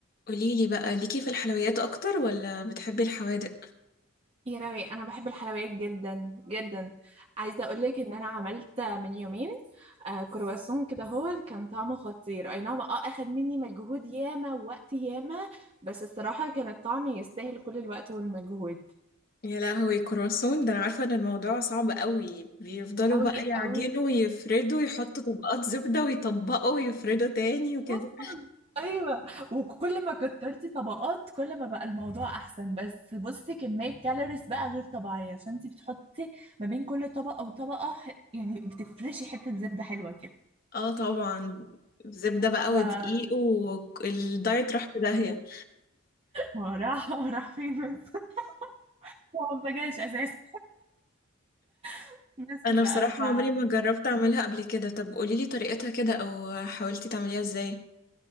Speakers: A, on the left; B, on the right.
A: قوليلي بقى ليكي في الحلويات اكتر ولا بتحبي الحوادق
B: يا راوي انا بحب الحلويات جدا جدا عايزه اقول لك ان انا عملت من يومين آه كرواسون كده هو كان طعمه خطير اي نعم اه اخد مني مجهود ياما ووقت ياما بس الصراحه كان الطعم يستاهل كل الوقت والمجهود
A: يا لهوي كرواسون ده انا عارفه ان الموضوع صعب قوي بيفضلوا
B: أوي
A: بقى
B: أوي
A: يعجنوا ويفردوا يحطوا طبقات زبده ويطبقوا ويفردوا تاني
B: <laughs>
A: وكده
B: حصل أيوة وكل ما كترتي طبقات كل ما بقى الموضوع أحسن بس بصي كمية كالوريز بقى غير طبيعية عشان انتي بتحطي ما بين كل طبقة وطبقة ح- يعني بتفرشي حتة زبدة حلوة كده
A: اه طبعا زبده بقى
B: آه
A: ودقيق والدايت راح في داهيه
B: هو راح <laughs> هو راح فين بس <laughs> هو ما جاش اساسا <laughs> بس
A: انا
B: بقى
A: بصراحه
B: ف
A: عمري ما جربت اعملها قبل كده طب قوليلي طريقتها كده او حاولتي تعمليها ازاي